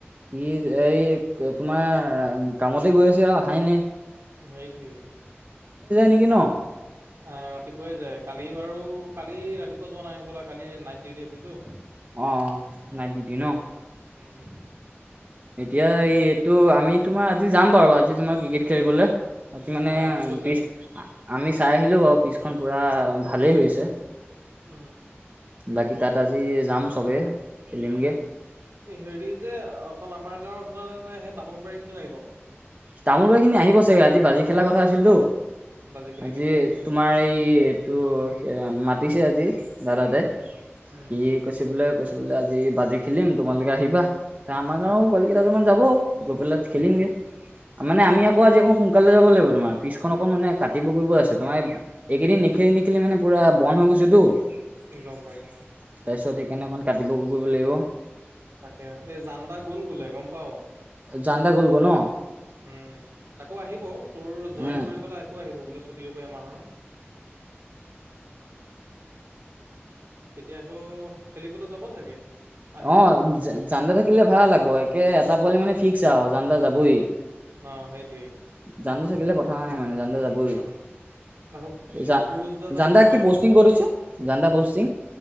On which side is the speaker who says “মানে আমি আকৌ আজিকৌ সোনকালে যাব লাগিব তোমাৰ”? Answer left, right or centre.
Right